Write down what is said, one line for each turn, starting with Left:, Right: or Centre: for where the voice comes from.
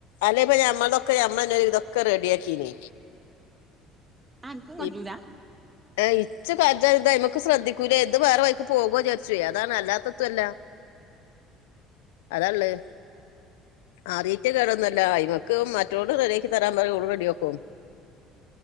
Left: അല്ലേ ഇപ്പ ഞമ്മൾതൊക്കെ നമ്മ ന്നെ ഒരു വിതൊക്കെ റെഡിയാക്കീ നി
Right: ആഹ് അനക്കും കജ്ജൂല
Left: ഇ ഏ ഇച്ച് കജ ഇതായ്മക്ക് ശ്രധിക്കുലെ ഇത് വേറെ വൈക്ക് പോകുവോ ചാര് ച്ച് അതാണ് അല്ലാത്തത്തൊല്ല അതാള്ളെ അറിയേറ്റ കേടൊന്നല്ല അയിമക്ക് മറ്റോ ളൊട് റെഡിയാക്കി തരാൻ പറഞ്ഞ ഓള് റെഡിയാക്കും.
Right: മ്